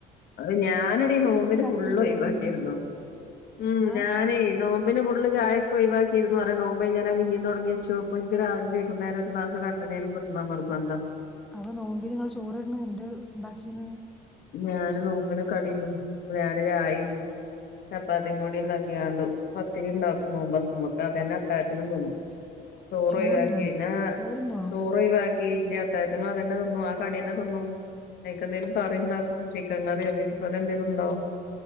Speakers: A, on the left; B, in the centre.
A: അത് ഞാനിടെ നോമ്പിന്
B: ഇങ്ങക്ക് രാത്രി
A: ഫുള്ള്
B: ചോറുണ്ണോ
A: ഒഴിവാക്കിയിരുന്നു. ഉം
B: ഏ
A: ഞാനേ നോ പിന്നെ ഉളളിൽ ചായൊക്കെ ഒഴിവാക്കിയിന്ന്. പറയാ നോമ്പ് ഞാന് പിന്നീം തുടങ്ങിച്ചു. അപ്പോ എനിക്കി രാവിലെ വൈകുന്നേര ഒരു ഗ്ലാസ് കട്ടൻ നേരം കിട്ടണ നിർബന്ധാ.
B: അപ്പം നോമ്പിന് നിങ്ങള് ചോറ് ഏടന്ന് എന്ത് ഉണ്ടാക്കിന്ന്.
A: ഞാന് നോമ്പന് കടേന്ന് ഞാന് രായി ചപ്പാത്തിയും കൂടി ഉണ്ടാക്കിയാണ്ട്, പത്തിരി ഉണ്ടാക്കും, മൂപ്പർക്ക്, മ്മക്ക് അതന്നെ അത്താഴത്തിനും തിന്നും.
B: <inaudible>
A: ചോറ്
B: ചോറുന്നോ
A: ഒഴിവാക്കി പിന്നാ
B: ചോറുന്നോ
A: ചോറ് ഒഴിവാ ല്ല അത്തായത്തിനും, അത് തന്നെ തിന്നും ആ കടി തന്നെ തിന്നും. അനിക്കെന്തേലും കറി ഉണ്ടാക്കും. കങ്ങറി ബീഫ്‌കറി എന്തെലും ഉണ്ടാവും.